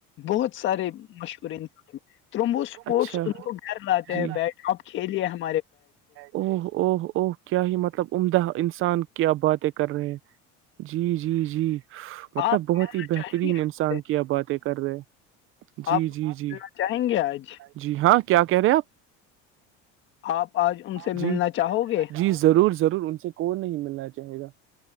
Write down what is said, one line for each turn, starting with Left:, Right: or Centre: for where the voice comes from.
Left: بہت سارے مشہور انسان میں تمبو سپورٹس
Right: اچھا
Left: ان کو گھر لاتے
Right: جی
Left: ہیں بیٹ آپ کھیلیے ہم
Right: اوہ او او کیا ہی مطلب عمدہ انسان کیا باتیں کر رہے جی جی جی مطلب
Left: آپ
Right: بہت ہی بہترین
Left: چاہیں گے ان
Right: انسان
Left: سے
Right: کیا باتیں کر رہے جی
Left: آپ
Right: جی جی
Left: ملنا چاہیں گے آج
Right: جی ہاں کیا کہہ رہے آپ
Left: آپ آج ان
Right: آپ
Left: سے
Right: جی
Left: ملنا چاہو گے
Right: جی ضرور ضرور ان سے کوئی نہیں ملنا چاہے گا